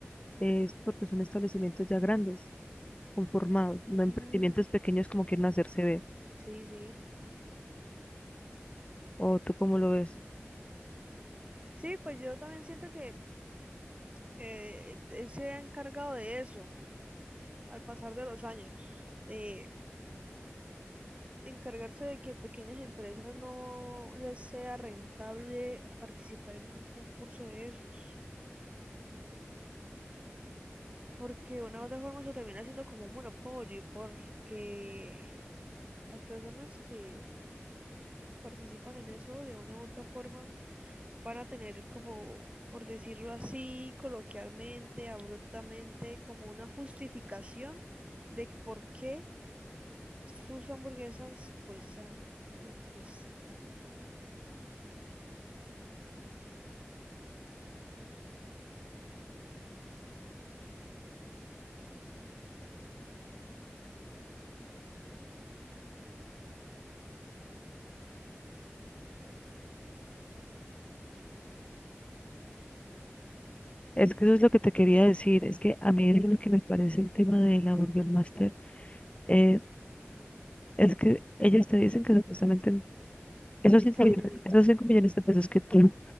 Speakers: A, on the left; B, on the right.
A: es porque son establecimientos ya grandes. conformados, no
B: Ujú,
A: emprendimientos pequeños como quieren hacerse ver.
B: Sí, sí.
A: ¿O tú cómo lo ves?
B: Sí, pues yo también siento que eh, él se ha encargado de eso al pasar de los años, de encargarse de que pequeñas empresas no les sea rentable participar en un concurso de esos, porque de una u otra forma se termina haciendo como un monopolio, porque las personas que participan en eso de una u otra forma van a tener como, por decirlo así, coloquialmente, abruptamente, como una justificación de por qué sus hamburguesas cuestan lo que cuesta.
A: Es que eso es lo que te quería decir, es que a mí es lo que me parece el tema de la Burger Master, eh, es que ellos te dicen que supuestamente esos 5
B: Sí,
A: millones,
B: sí, sí.
A: esos cinco millones de pesos que tú